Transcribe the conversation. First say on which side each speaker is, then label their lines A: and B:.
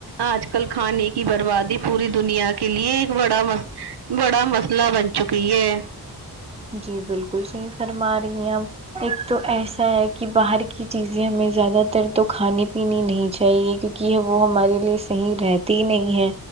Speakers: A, on the right; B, on the right.
A: آج کل کھانے کی بربادی پوری دنیا کے لیے ایک بڑا م بڑا مسلہ بن چکی ہے
B: جی بالکل صحیح فرما رہی ہیں اب ایک تو ایسا ہے کہ باہر کی چیزیں ہم زیادہ تر تو کھانے پینی نہیں چاہیے کیونکہ یہ وہ ہمارے لیے صحیح رہتی ہی نہیں ہے